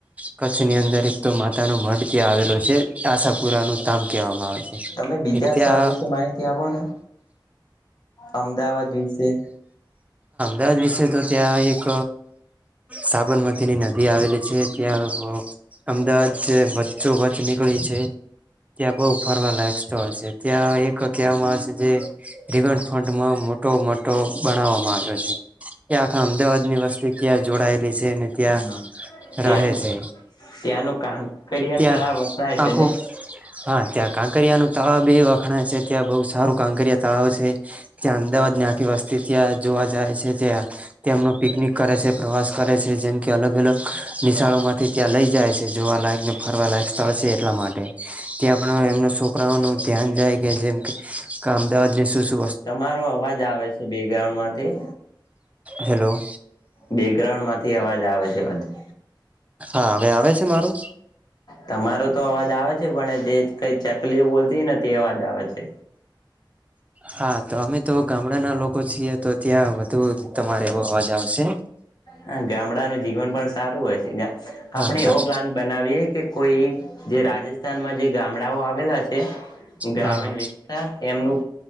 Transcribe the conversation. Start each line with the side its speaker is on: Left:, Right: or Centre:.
Right: કચ્છની અંદર એક તો માંતાનો મઢ ત્યાં આવેલો છે આશપુરાનું તામ કેવા માં આવે છે
Left: તમે બીજા
Right: એક ત્યાં
Left: સ્થળ વિશે માહિતી આપો ને અમદાવાદ વિશે
Right: વાદ વિષ તો ત્યા એક સાબરમતી ની ન દી આવેલી છે ત્યાં અ અમદાવાદ જે પ <unintelligible> નીકળી છે ત્યાં બહુ ફરવા લાયક છે ત્યાં એક કેવામાં આવે છે <unintelligible> માં મોટો મટો બનાવવામાં આવે છે કે આખા અમદાવાદ ની વસ્તી ત્યા જોડાય બી જે ને ત્યાં
Left: હા ત્યાંનું
Right: રહે છે
Left: ત્યાંનું કાંકરિયા
Right: ત્યાં
Left: તળાવ વખણાય છે
Right: આખું
Left: ને
Right: હા ત્યાં કાંકરિયા નું તળાવ બે વખ ખણા જગ્યા બહુ સારું કાંકરિયા તળાવ છે ત્યાં અમદાવાદ ની આખી વસ્તી ત્યાં જોવા જાય <unintelligible> ત્યા તેમનુ પિકનિક કરે છે પ્રવાસ કરે છે જેમ કે અલગ અલગ નિશાળોમાંથી ત્યાં લઈ જાય છે જોવાલાયક ને ફરવાલાયક સ્થળ છે એટલા માટે ત્યાં પણ એમનો શો છોકરાઓનું ધ્યાન જાય કે જેમ કે કામદાવાદ નુ શુ શુ
Left: તમારો અવાજ આવે છે બેગ્રાઉન્ડમાંથી
Right: હેલો
Left: બેકગ્રાઉન્ડ માંથી અવાજ આ આવે છે બધું
Right: હા હવે આવે છે મારું.
Left: તમારો તો અવાજ આવે જ. પણ જે કઈ ચકલીઓ બોલતી ને તે અવાજ આવે છે.
Right: હા તો અમે તો ગામડાના લોકો છીએ તો ત્યાં વધુ તમારે એવો અવાજ આવશે
Left: હા ગામડાનું જીવન પણ સારું હોય છે.
Right: હા
Left: આપણે
Right: હા
Left: એવો પ્લાન બનાવીએ કે કોઈ જે રાજસ્થાનમાં જે ગામડાઓ આવેલા છે ગ્રામીણ
Right: હા
Left: વિસ્તાર એનું